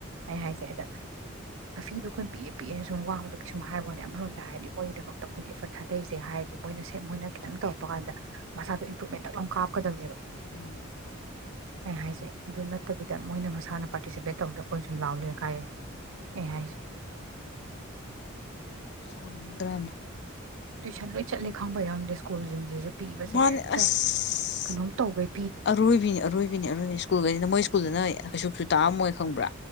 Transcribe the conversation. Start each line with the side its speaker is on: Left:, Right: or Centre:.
Right: ꯑꯩ
Left: ꯃꯥꯅꯦ
Right: ꯍꯥꯏꯁꯦ ꯑꯗ ꯑꯐꯤꯗꯨ ꯑꯩꯈꯣꯏ ꯄꯤꯑꯦ ꯄꯤꯑꯦꯅ ꯁꯨꯝ ꯋꯥꯕꯗꯨꯒꯤ ꯁꯨꯝ ꯍꯥꯏꯕꯣꯅꯦ ꯑꯃꯔꯣꯝ ꯍꯥꯏꯔꯗꯤ ꯃꯣꯏꯒꯤꯗꯃꯛꯇ ꯑꯩꯈꯣꯏꯅ ꯑꯦꯐꯔꯠ ꯊꯥꯗ ꯑꯇꯩꯁꯦ ꯍꯥꯏꯔꯗꯤ ꯃꯣꯏꯅ ꯁꯦ ꯃꯣꯏ ꯈꯤꯇꯪ ꯇꯧꯔꯛꯄ ꯀꯥꯟꯗ ꯃꯁꯥꯗꯣ ꯏꯝꯄ꯭ꯔꯨꯞꯕꯃꯦꯟꯇꯛ ꯀꯥꯞꯀꯗꯕꯅꯦꯕ
Left: ꯎꯝ
Right: ꯑꯩ ꯍꯥꯏꯁꯩ ꯑꯗꯨ ꯅꯠꯇꯕꯤꯗ ꯃꯣꯏꯅ ꯃꯁꯥꯅ ꯄꯥꯔꯇꯤꯁꯤꯄꯦꯠ ꯇꯧꯕꯗ ꯑꯩꯈꯣꯏꯅ ꯁꯨꯝ ꯂꯥꯎꯂꯦ ꯀꯥꯏꯗꯩꯩ ꯑꯩ ꯍꯥꯏꯁꯤ
Left: ꯁꯥꯑꯣꯅꯤꯪꯗꯔꯥ
Right: ꯇꯨꯏꯁꯟ ꯂꯣꯏ ꯆꯠꯂꯦ ꯈꯪꯕ ꯌꯥꯎꯝꯗꯦ ꯁ꯭ꯀꯨꯜꯁꯤꯡꯁꯤꯁꯨ ꯄꯤꯕꯁꯦ
Left: ꯃꯥꯅꯦ
Right: ꯍꯦꯛꯇ
Left: ꯑꯁ
Right: ꯀꯩꯅꯣꯝ ꯇꯧꯍꯩ
Left: ꯑꯔꯣꯏꯕꯤꯅꯤ ꯑꯔꯣꯏꯕꯤꯅꯤ ꯑꯔꯣꯏꯕꯤꯅꯤ ꯁ꯭ꯀꯨꯜꯒꯩꯅ ꯃꯣꯏ ꯁ꯭ꯀꯨꯜꯗ ꯅꯣꯏ ꯀꯩꯁꯨꯛꯁꯨ ꯇꯥꯑꯝꯃꯣꯏ ꯈꯪꯕ꯭ꯔꯥ